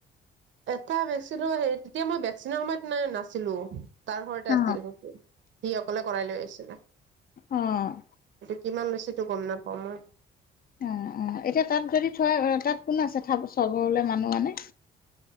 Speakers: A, on the right; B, on the left.
A: এটা ভেকচিন হে তেতিয়া মই ভেকচিনৰ সময়ত ন নাছিলো। তাৰ ঘৰতে
B: অ
A: আছিল সিঅকলে কৰাই লৈ আহিছিল। না <unintelligible>
B: অহ ',
A: কিমান লৈছে তো গম নাপাও মই।
B: অহ - অহ এতিয়া তাত যদি থ তাত কোন আছে থ চগৰলে মানুহ আনে।